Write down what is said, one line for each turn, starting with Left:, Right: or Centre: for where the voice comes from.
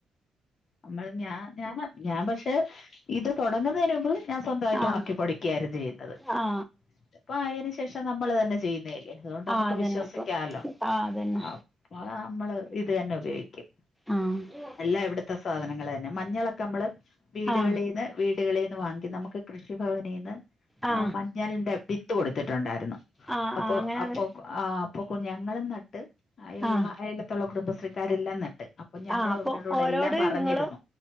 Left: നമ്മൾ ഞ ഞാ ഞാൻ പക്ഷെ ഇത് തൊടങ്ങുന്നതിനു മുമ്പ് ഞാൻ സ്വന്തായിട്ട്
Centre: ആ
Left: ഒണക്കി പൊടിക്യാര്ന്നു ചെയ്യുന്നത്
Centre: ആ ആ
Left: ഇപ്പ ആയെന് ശേഷം നമ്മള് തന്നെ ചെയ്യുന്ന അതുകൊണ്ട് നമ്മക്ക്
Centre: ആ അതന്നെ
Left: വിശ്വസിക്കാല്ലോ
Centre: ഇപ്പം ആ അതന്നെ
Left: അപ്പ നമ്മള് ഇത് തന്നെ ഉപയോഗിക്കും
Centre: ആഹ്
Left: എല്ലാം ഇവിടത്തെ സാധനങ്ങള് തന്നെ മഞ്ഞളൊക്കെ നമ്മള് വീടുകളീ
Centre: ആ
Left: ന്ന് വീടുകളീന്ന് വാങ്ങിക്കും നമുക്ക് കൃഷിഭവനീന്ന്
Centre: ആ
Left: ആഹ് മഞ്ഞൾന്റെ വിത്ത് കോടുത്തിട്ടുണ്ടായിരുന്നു
Centre: ആ
Left: അപ്പോ
Centre: ആ അങ്ങനെ
Left: അപ്പോ
Centre: അത്
Left: ആഹ് അപ്പൊ കുഞ്ഞ ഞങ്ങളും നട്ട് അയ്ലൊള്ള
Centre: ആ
Left: അയിലതൊള്ള കുടുംബശ്രീക്കാരല്ലാം നട്ട് അ പ്പം ഞങ്ങൾ
Centre: ആ അപ്പോൾ
Left: ഓരോടെല്ലാം
Centre: ഓരോട്
Left: പറഞ്ഞിരുന്നു
Centre: നിങ്ങളും